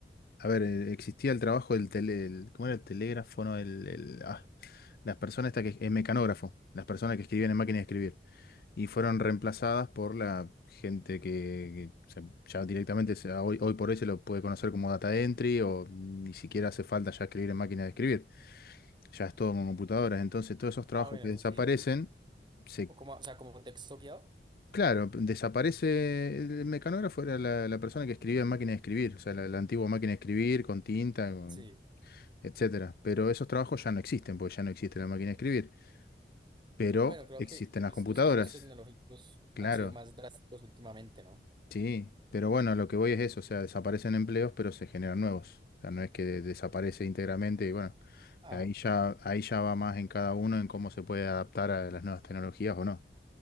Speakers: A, on the left; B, on the right.
A: a ver, eh, existía el trabajo del tele, el- ¿cómo era el telégrafo? No, el, el- ah, las personas estas que, el mecanógrafo, las personas que escribían en máquina de escribir, y fueron reemplazadas por la gente que, que, o sea, ya directamente se- hoy, hoy por hoy se lo puede conocer como data entry o ni siquiera hace falta ya escribir en máquina de escribir ya es todo con computadoras, entonces todos esos trabajos
B: Ah, bueno,
A: que
B: eso
A: desaparecen,
B: sí.
A: se,
B: O como, o sea, como texto guiado.
A: claro, desaparece el mecanógrafo, era la, la persona que escribía en máquina de escribir, o sea, la, la antigua máquina de escribir con tinta, con-
B: Sí.
A: etcétera. Pero esos trabajos ya no existen, porque ya no existe la máquina de escribir, pero
B: Bueno, creo
A: existen
B: que
A: las
B: pues,
A: computadoras,
B: los cambios tecnológicos
A: claro,
B: han sido más drásticos últimamente, ¿no?
A: sí. Pero bueno, lo que voy es eso, o sea, desaparecen empleos, pero se generan nuevos. O sea, no es que de- desaparece íntegramente y bueno,
B: Ah,
A: ahí
B: ok.
A: ya, ahí ya va más en cada uno en cómo se puede adaptar a las nuevas tecnologías o no.